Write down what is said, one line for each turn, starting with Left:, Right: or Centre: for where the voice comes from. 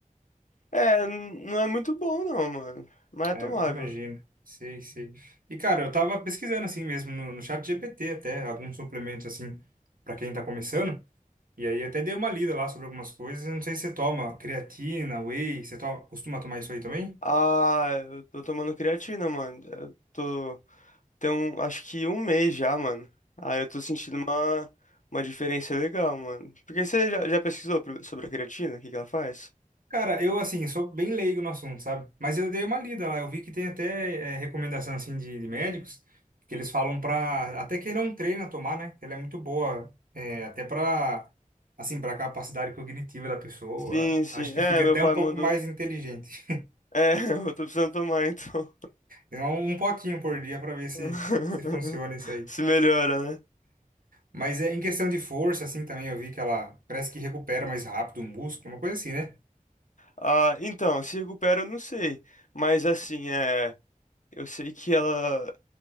Left: É, n- não é muito bom, não, mano. Mas
Right: É,
Left: é tomável.
Right: eu imagino. Sei, sei. E, cara, eu tava pesquisando assim mesmo no, no chat GPT até, alguns suplementos assim, pra quem tá começando. E aí até dei uma lida lá sobre algumas coisas. Eu não sei se você toma creatina, whey, você toma, costuma tomar isso aí também?
Left: Ah, eu tô tomando creatina, mano. Eu tô. Tem um, acho que um mês já, mano. Aí eu tô sentindo uma, uma diferença legal, mano. Porque você já, já pesquisou pro- sobre a creatina? O que que ela faz?
Right: Cara, eu assim, sou bem leigo no assunto, sabe? Mas eu dei uma lida lá, eu vi que tem até é, recomendação assim de, de médicos que eles falam pra até quem não treina tomar, né? Que ela é muito boa, é, até pra assim, para capacidade cognitiva da pessoa.
Left: Sim, sim.
Right: Acho que
Left: É,
Right: fica
Left: meu
Right: até
Left: pai
Right: um pouco
Left: mandou.
Right: mais inteligente. <laughs>
Left: É, <laughs> eu tô precisando tomar, então.
Right: Então, um potinho por dia pra ver se
Left: <laughs>
Right: se funciona isso aí.
Left: Se melhora, né?
Right: Mas é em questão de força assim também, eu vi que ela parece que recupera mais rápido o músculo, uma coisa assim, né?
Left: Ah, então, se recupera, eu não sei. Mas assim, é, eu sei que ela